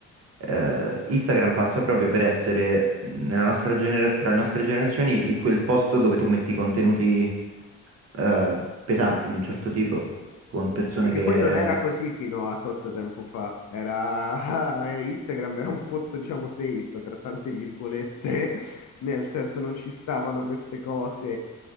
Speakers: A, on the right; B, on the left.
A: eh, Instagram passa proprio per essere mh, nella nostra genera- tra le nostre generazioni il- quel posto dove tu metti contenuti eh, pesanti di un certo tipo, con persone
B: Sì, che
A: che...
B: poi non era così fino a tot tempo fa. Era, <laughs> era Instagram, era un pozzo, diciamo, safe, tra tante virgolette, <laughs> nel senso non ci stavano queste cose.